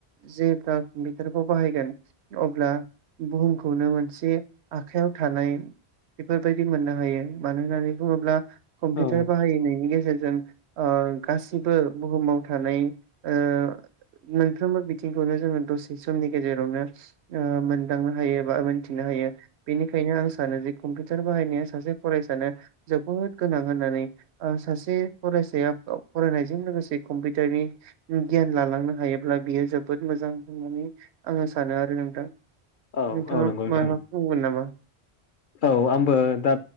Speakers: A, on the right; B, on the left.
A: जेब्ला कम्पिउटारखौ बाहायगोन अब्ला बुहुमखौनो मोनसे आखायाव थानाय बेफोरबायदि मोननो हायो मानो होननानै बुङोब्ला कम्पिउटार
B: औ
A: बाहायनायनि गेजेरजों ओ गासै बुहुमाव थानाय ओ मोनफ्रबो बिथिंखौनो जोङो दसे सम समनि गेजेरावनो ओ मोनदांनो हायो बा मोनथिनो हायो बेनिखायनो आं सानो जे कम्पिउटार बाहायनाया सासे फरायसानो जोबोद गोनां होननानै ओ सासे फरायसाया फरायनायजों लोगोसे कम्पिउटारनि गियान लालांनो हायोब्ला बियो जोबोद मोजां होननानै आङो सानो आरो नोंथां।
B: औ
A: नोंथाङा
B: औ नंगौ नोंथां
A: माबाफोर बुंगोन नामा?
B: औ आंबो दा